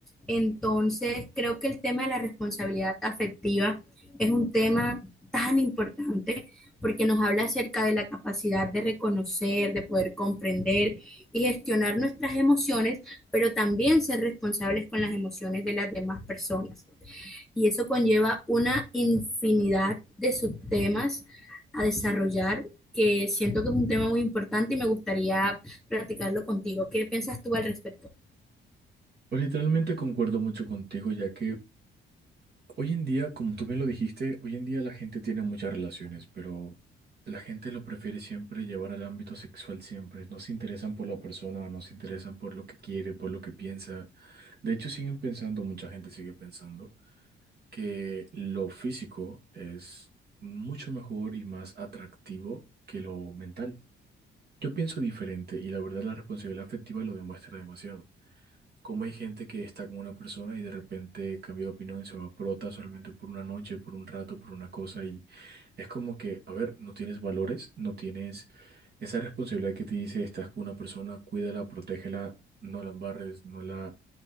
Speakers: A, in the centre; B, on the right.
A: Entonces, creo que el tema de la responsabilidad afectiva es un tema tan importante porque nos habla acerca de la capacidad de reconocer, de poder comprender y gestionar nuestras emociones, pero también ser responsables con las emociones de las demás personas. Y eso conlleva una infinidad de subtemas a desarrollar que siento que es un tema muy importante y me gustaría platicarlo contigo. ¿Qué piensas tú al respecto?
B: Pues literalmente concuerdo mucho contigo, ya que Hoy en día, como tú bien lo dijiste, hoy en día la gente tiene muchas relaciones, pero la gente lo prefiere siempre llevar al ámbito sexual siempre. No se interesan por la persona, no se interesan por lo que quiere, por lo que piensa. De hecho, siguen pensando, mucha gente sigue pensando, que lo físico es mucho mejor y más atractivo que lo mental. Yo pienso diferente y la verdad la responsabilidad afectiva lo demuestra demasiado. Como hay gente que está con una persona y de repente cambia de opinión y se va por otra solamente por una noche, por un rato, por una cosa y es como que, a ver, no tienes valores, no tienes esa responsabilidad que te dice, estás con una persona, cuídala, protégela, no la embarres, no la